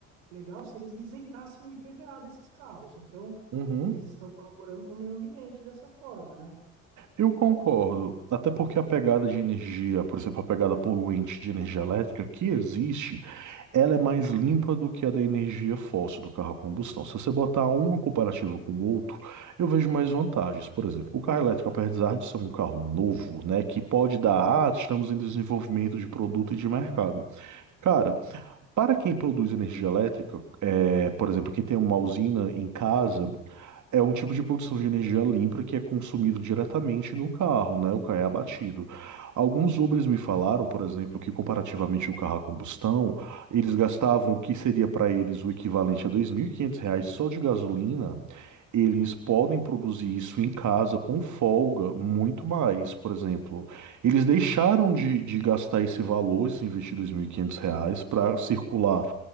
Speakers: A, on the right; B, on the right.
A: legal se eles isentassem o IPVA desses carros. Então,
B: uhum.
A: eles estão colaborando com o meio ambiente dessa forma, né?
B: Eu concordo, até porque a pegada de energia, por exemplo, a pegada poluente de energia elétrica que existe, ela é mais limpa do que a da energia fóssil do carro a combustão. Se você botar um comparativo com o outro, eu vejo mais vantagens. Por exemplo, o carro elétrico, apesar de ser um carro novo, né, que pode dar, ah, estamos em desenvolvimento de produto e de mercado. Cara, para quem produz energia elétrica, é, por exemplo, quem tem uma usina em casa, é um tipo de produção de energia limpa que é consumido diretamente no carro, né? O carro é abatido. Alguns Ubers me falaram, por exemplo, que comparativamente o carro a combustão, eles gastavam o que seria para eles o equivalente a 2.500 reais só de gasolina. Eles podem produzir isso em casa com folga, muito mais. Por exemplo, eles deixaram de, de gastar esse valor, se investir 2.500 reais, para circular